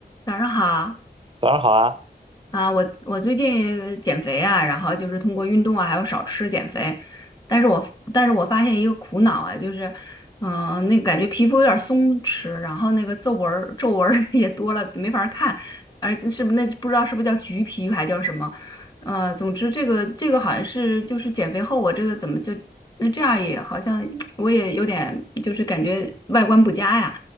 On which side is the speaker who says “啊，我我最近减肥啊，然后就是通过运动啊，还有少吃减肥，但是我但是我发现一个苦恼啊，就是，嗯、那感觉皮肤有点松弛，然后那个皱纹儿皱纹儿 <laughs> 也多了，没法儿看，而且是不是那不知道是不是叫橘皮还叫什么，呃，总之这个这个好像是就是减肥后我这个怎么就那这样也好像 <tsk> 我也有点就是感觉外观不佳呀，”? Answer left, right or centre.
Left